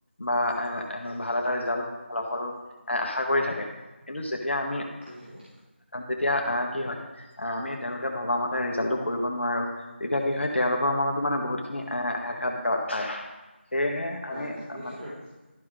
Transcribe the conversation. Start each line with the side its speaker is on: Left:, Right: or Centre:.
Left: বা এ, এ, ভাল এটা ৰিজাল্ট ফলাফল এ, আশা কৰি থাকে। কিন্তু যেতিয়া আমি
Right: <unintelligible> থাকে।
Left: যেতিয়া আহ, কি হয়, আমি তেওঁলোকে ভবা মতে ৰিজাল্টটো কৰিব নোৱাৰো তেতিয়া কি হয়, তেওঁলোকৰ মনতো মানে বহুতখিনি এ, আঘাত প্ৰাপ্ত হয়, সেয়েহে আমি
Right: পায়, পায় নিশ্চয়িতৰূপে।
Left: মানে